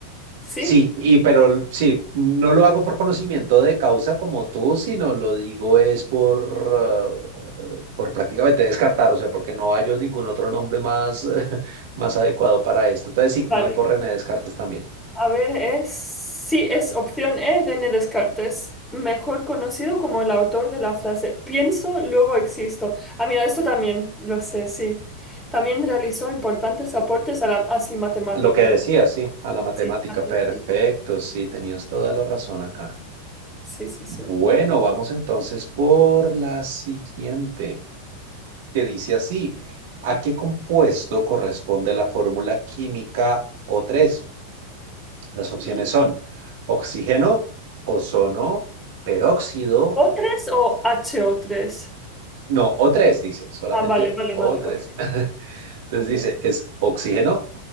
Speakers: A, in the centre; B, on the right (about 55°).
A: ¿Sí?
B: Sí, y pero sí, no lo hago por conocimiento de causa como tú, sino lo digo es por, ah, por prácticamente descartar, o sea, porque no hallo ningún otro nombre más, <laughs> más adecuado para esto. Entonces sí,
A: Vale.
B: me voy por René Descartes también.
A: A ver, es... Sí, es opción E, René Descartes, mejor conocido como el autor de la frase pienso, luego existo. Ah, mira, esto también lo sé, sí. También realizó importantes aportes a la... Ah, sí, matemática.
B: Lo que decías, sí, a la matemática,
A: Sí, matemático.
B: perfecto, sí, tenías toda la razón acá.
A: Sí, sí, sí. sí.
B: Bueno, vamos entonces por la siguiente. que dice así, ¿a qué compuesto corresponde la fórmula química O3? Las opciones
A: Ujú.
B: son oxígeno, ozono, peróxido,
A: ¿O3 o HO3?
B: no, O3 dice, solamente
A: Ah, vale, vale,
B: O3.
A: vale, ok,
B: <laughs> Entonces
A: ok.
B: dice, es oxígeno,